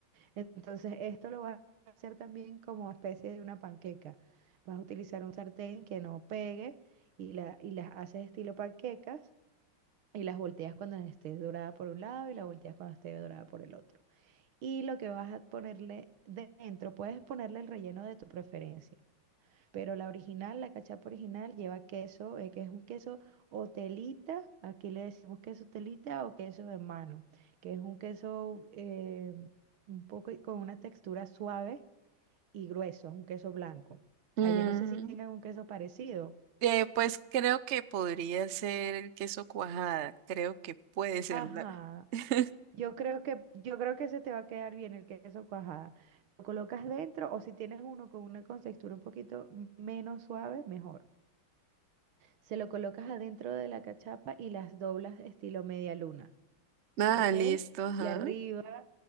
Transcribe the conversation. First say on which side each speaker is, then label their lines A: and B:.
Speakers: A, on the right; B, on the right.
A: Entonces, esto lo vas a hacer también como especie de una panqueca. Vas a utilizar un sartén que no pegue y, la, y las haces estilo panquecas y las volteas cuando esté dorada por un lado y las volteas cuando esté dorada por el otro y lo que vas a ponerle dentro. Puedes ponerle el relleno de tu preferencia, pero la original, la cachapa original, lleva queso, eh, que es un queso o telita, aquí le decimos queso telita o queso de mano, que es un queso eh, un poco con una textura suave y grueso, un queso blanco.
B: Mm.
A: Allá no sé si tengan un queso parecido.
B: Eh, pues creo que podría ser el queso cuajada. Creo que puede ser.
A: Ajá.
B: la- <laughs>
A: Yo creo que, yo creo que se te va a quedar bien el queso cuajada. Lo colocas dentro o si tienes uno con una contextura un poquito menos suave, mejor. Se lo colocas adentro de la cachapa y las doblas estilo media luna,
B: Nada,
A: ¿ok?
B: listo, ajá.
A: Y arriba,